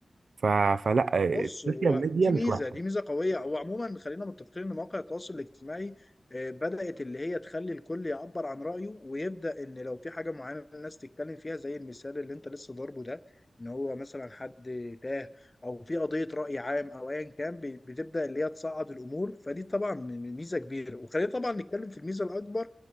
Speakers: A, on the right; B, on the left.
A: ف... فلا السوشيال
B: بص هو
A: ميديا
B: دي
A: مش
B: ميزه
A: وحشه
B: دي ميزه قويه هو عموما خلينا متفقين ان مواقع التواصل الاجتماعي آه، بدات اللي هي تخلي الكل يعبر عن رايه ويبدا ان لو في حاجه معينه الناس تتكلم فيها زي المثال اللي انت لسه ضاربه ده ان هو مثلا حد تاه او في قضيه راي عام او ايا كان بي- بتبدا اللي هي تصعد الامور فدي طبعا م- ميزه كبيره وخلينا طبعا نتكلم في الميزه الاكبر